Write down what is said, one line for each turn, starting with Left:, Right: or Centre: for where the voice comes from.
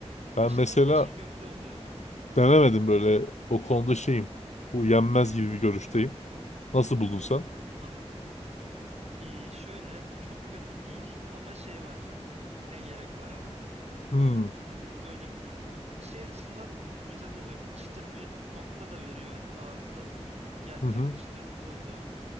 Left: Ben
Right: Çıtır
Left: mesela
Right: bir çiğ köfte oluyor.
Left: denemedim böyle. O konuda şeyim. Bu yenmez gibi bir görüşteyim. Nasıl buldun sen?
Right: Anlat. Ee, şöyle çok kötü değil ama şey var. Ne gerek vardı? <laughs>
Left: Hmm.
Right: Hani öyle bir durum var. Şey açısından güzel oluyor. Çıtır bir nokta da veriyor hani ağızda. Yerken
Left: Hı hı.
Right: bir çıtırtı da oluyor.